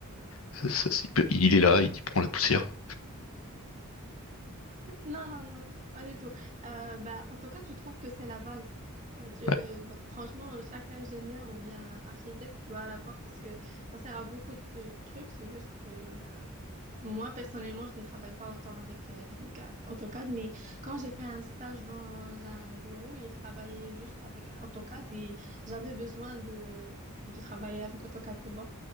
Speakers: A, on the left (about 75°); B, on the right (about 35°).
A: Ça- ça, il peut- il est là, il prend la poussière.
B: Non, non, non, pas du tout. Euh, bah, en tout cas, je trouve que c'est la base. Euh, tu-
A: Ouais.
B: franchement, euh, chaque ingénieur ou bien architecte doit l'avoir parce que ça sert à beaucoup de trucs. C'est juste que bah, moi, personnellement, je ne travaille pas autant avec, euh, avec euh, AutoCAD, mais quand j'ai fait un stage dans un bureau, ils travaillaient juste avec AutoCAD et j'avais besoin de, de travailler avec AutoCAD, tu vois.